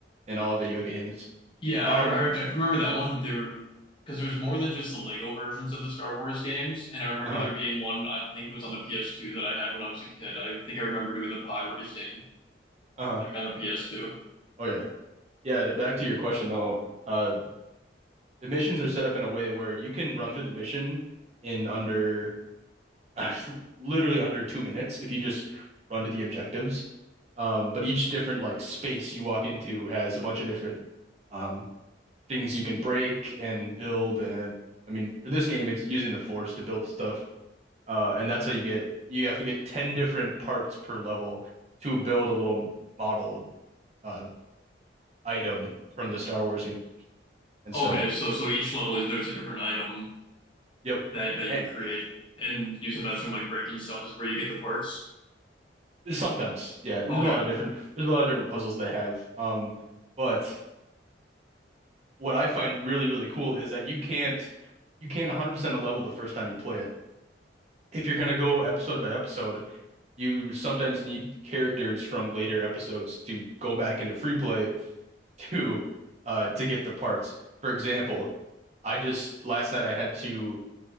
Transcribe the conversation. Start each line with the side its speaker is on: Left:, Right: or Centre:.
Right: in all video games.
Left: Yeah,
Right: Um,
Left: I, I, I remember that one. There because there's more than just the Lego versions of the Star Wars games, and I remember
Right: uh-huh,
Left: there being one I think it was on the PS2 that I had when I was a kid. I think I remember doing the pod racing
Right: uh-huh.
Left: back on the PS2.
Right: Oh yeah. Yeah, th- back to your question though. Uh, the missions are set up in a way where you can run through the mission in under <laughs> literally under two minutes if you just run to the objectives. Um, but each different like space you walk into has a bunch of different um things you can break and build. And I mean, for this game, it's using the force to build stuff. Uh, and that's how you get, you have to get 10 different parts per level to build a little model uh, item from the Star Wars universe. And
Left: Okay,
Right: so,
Left: so so each level is there's a different item
Right: yep.
Left: that that
Right: And,
Left: you create. And you said that's from like breaking stuff is where you get the parts.
Right: sometimes, yeah, there's
Left: Okay.
Right: a lot of different, there's a lot of different puzzles they have. Um, but what I find really, really cool is that you can't, you can't 100% a level the first time you play it. If you're going to go episode by episode, you sometimes need characters from later episodes to go back into free play <laughs> to uh to get the parts. For example, I just last night I had to